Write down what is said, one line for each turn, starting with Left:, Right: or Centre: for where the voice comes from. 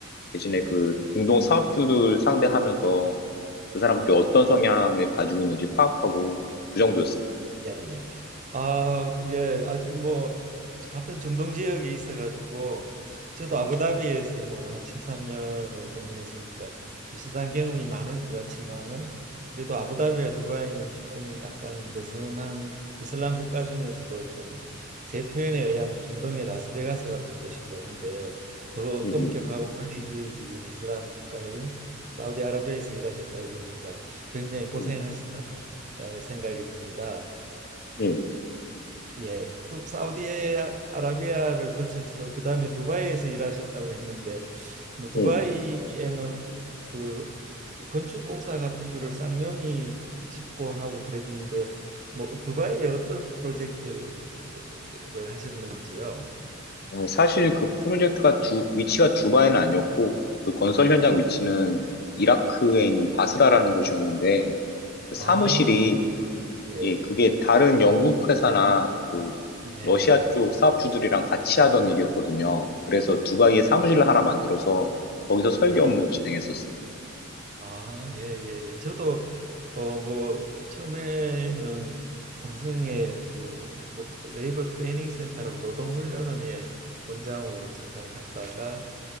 Left: 대신에
Right: 예.
Left: 그 중동 사업주들 상대하면서 그 사람들이 어떤 성향을 가지고 있는지 파악하고 그 정도였습니다.
Right: 예, 예. 아, 예, 아주 뭐 같은 중동 지역에 있어 가지고 저도
Left: 네.
Right: 아부다비에서 뭐 한 13년을 근무했으니까 비슷한 경험이 많을 것 같지만은 그래도 아부다비와 두바이는 조금 약간 느슨한 이슬람 국가 중에서도 좀 제 표현에 의하면 중동의 라스베가스 같은 곳이고 한데 더
Left: 음,
Right: 엄격하고 원리주의적인 이슬람 국가인 사우디아라비아에서 일하셨다 그러니까 굉장히 고생하셨다는
Left: 음,
Right: 어, 생각이 듭니다.
Left: 음, 음,
Right: 예. 그럼 사우디아라비아를 거쳐서 그다음에 두바이에서 일하셨다고 했는데 뭐 두바이에는
Left: 음.
Right: 그 건축공사 같은 거를 쌍용이 짓고 하고 그랬는데 뭐 두바이에 어떤 프로젝트를 하셨는지요?
Left: 어, 사실 그 프로젝트가 두, 위치가 두바이는 아니었고, 그 건설 현장
Right: 아,
Left: 위치는 이라크에 있는 바스라라는 곳이었는데, 그
Right: 아,
Left: 사무실이,
Right: 네네. 예.
Left: 예, 그게 다른 영국 회사나 그
Right: 네네.
Left: 러시아 쪽 사업주들이랑 같이 하던 일이었거든요. 그래서 두바이에
Right: 아,
Left: 사무실을 하나 만들어서 거기서 설계
Right: 예.
Left: 업무 진행했었습니다.
Right: 예. 아, 예, 예, 예. 저도 어 뭐 처음에는 삼성의 그 노- 레이버 트레이닝 센터라고 노동 훈련원의 원장으로 잠깐 갔다가